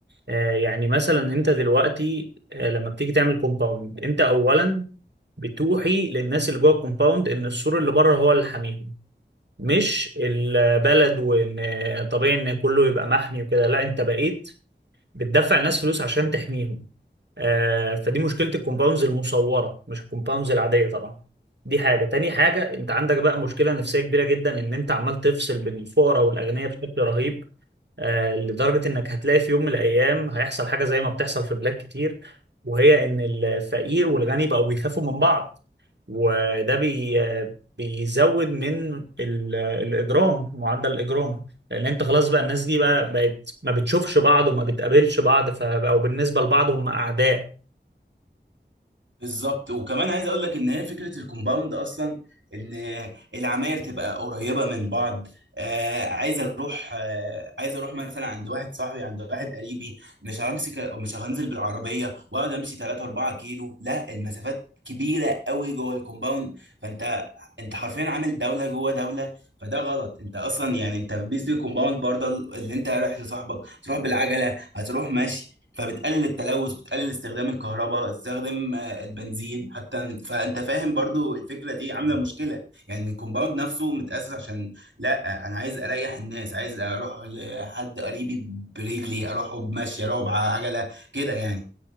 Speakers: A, on the right; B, on the right.
A: آه، يعني مثلا انت دلوقتي آه، لما بتيجي تعمل كومباوند انت اولا بتوحي للناس اللي جوه الكومباوند ان السور اللي بره هو اللي حاميهم مش البلد وان آه، طبيعي ان كله يبقى محمي وكده لا انت بقيت بتدفع الناس فلوس عشان تحميهم آه، فدي مشكلة الكومباوندز المصورة مش الكومباوندز العادية طبعا دي حاجة تاني حاجة انت عندك بقى مشكلة نفسية كبيرة جدا ان انت عمال تفصل بين الفقراء والأغنياء بشكل رهيب آه، لدرجة انك هتلاقي في يوم من الأيام هيحصل حاجة زي ما بتحصل في بلاد كتير وهي ان الفقير والغني بقوا بيخافوا من بعض وده بي بيزود من ال- الإجرام معدل الإجرام لأن أنت خلاص بقى الناس دي بقى بقت ما بتشوفش بعض وما بتقابلش بعض فبقوا بالنسبة لبعض هم أعداء
B: بالظبط وكمان عايز اقول لك ان هي فكره الكومباوند اصلا ان العماير تبقى قريبه من بعض آه عايز اروح آه عايز اروح مثلا عند واحد صاحبي عند واحد قريبي مش همسك مش هنزل بالعربيه واقعد امشي 3 4 كيلو لا المسافات كبيره قوي جوه الكومباوند فانت انت حرفيا عامل دوله جوه دوله فده غلط انت اصلا يعني انت بيز دي كومباوند برضه اللي انت رايح لصاحبك تروح بالعجله هتروح ماشي فبتقلل التلوث بتقلل استخدام الكهرباء استخدام آه، البنزين حتى فانت فاهم برضو الفكره دي عامله مشكله يعني الكومباوند نفسه متاسس عشان لا انا عايز اريح الناس عايز اروح لحد قريبي برجلي اروحه بمشي اروحه بعجله كده يعني